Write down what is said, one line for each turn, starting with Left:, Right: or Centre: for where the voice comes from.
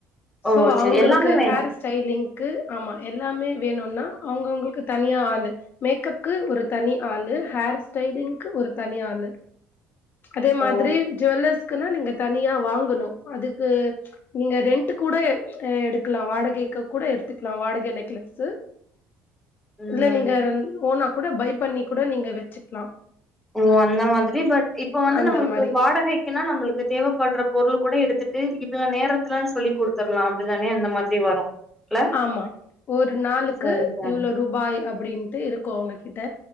Centre: ஓ!
Left: சோ
Centre: சரி.
Left: அவங்களுக்கு
Centre: எல்லாமே வேணும்.
Left: ஹேர் ஸ்டைலிங் க்கு ஆமா எல்லாமே வேணும்னா அவங்கவுங்களுக்கு தனியா ஆளு மேக்கப்க்கு ஒரு தனி ஆளு ஹேர் ஸ்டைலிங்கு ஒரு தனி ஆளு அதே மாதிரி
Centre: ஓ!
Left: ஜுவல்லர்ஸ் க்குனா நீங்க தனியா வாங்கணும் அதுக்கு நீங்க ரெண்ட் கூட எடுக்கலாம் வாடகைக்கு கூட எடுத்துக்கலாம் வாடகை நெக்லசு
Centre: ம்.
Left: இல்ல நீங்க ரு ஓனா கூட பைப் பண்ணி கூட நீங்க வச்சுக்லாம்
Centre: ஓ அந்த மாதிரி பட் இப்ப வந்து
Left: அந்த
Centre: நம்மளுக்கு
Left: மாரி
Centre: வாடகைக்குனா நம்மளுக்கு தேவைப்படுற பொருள் கூட எடுத் த்துட்டு இவ்ளோ நேரத்துலனு சொல்லி கொடுத்தர்லாம் அப்டிதானே அந்த மாதிரி வரும் இல்ல?
Left: ஆமா ஒரு நாளுக்கு
Centre: சரி, சரி.
Left: இவ்ளோ ரூபாய் அப் அப்படின்ட்டு இருக்கும் அவங்கிட் கிட்ட